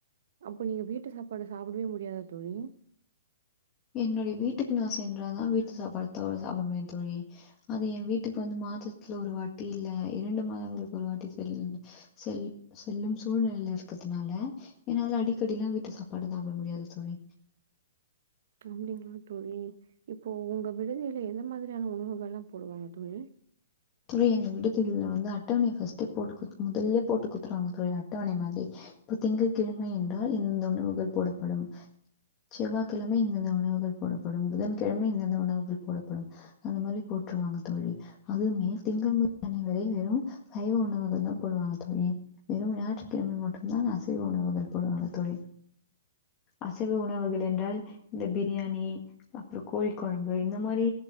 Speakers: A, on the right (about 65°); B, on the left (about 25°).
A: அப்போ நீங்க வீட்டு சாப்பாடு சாப்டவே முடியாதா தோழி
B: என்னுடைய வீட்டுக்கு நா சென்றாதா வீட்டு சாப்பாடு தோழ சாப்ட முடியு தோழி அது ஏ வீட்டுக்கு வந்து மாதத்துல ஒரு வாட்டி இல்ல இரண்டு மாதங்களுக்கு ஒரு வாட்டி சொல் செல் செல்லும் சூழ்நிழல்ல இருக்கறதுனால என்னால அடிக்கடிலா வீட்டு சாப்பாடு சாப்ட முடியாது தோழி
A: அப்டிங்களா தோழி இப்போ உங்க விடுதியில எந்த மாதிரியான உணவுகல்லா போடுவாங்க தோழி
B: துறை எங்க விடுதிகல்ல வந்து அட்டவணை ஃபஸ்ட்டே போட்டு குடுத் முதல்லே போட்டு குடுத்றாங்க தோழி அட்டவண மாதி இப்போ திங்கள் கிழமை என்றால் இந்த உணவுகள் போடப்படும் செவ்வாய் கிழமை இந்தந்த உணவுகள் போடப்படும் புதன்கிழமை இந்தந்த உணவுகள் போடப்படும் அந்த மாதிரி போட்டுருவாங்க தோழி அதுவுமே திங்கள் முதல் இதுவரை வெறும் சைவ உணவுகள் தா போடுவாங்க தோழி வெறும் ஞாயிற்றுக்கிழமை மட்டும்தா அசைவ உணவுகள் போடுவாங்க தோழி அசைவ உணவுகள் என்றால் இந்த பிரியாணி அப்றோ கோழி குழம்பு இந்த மாதிரி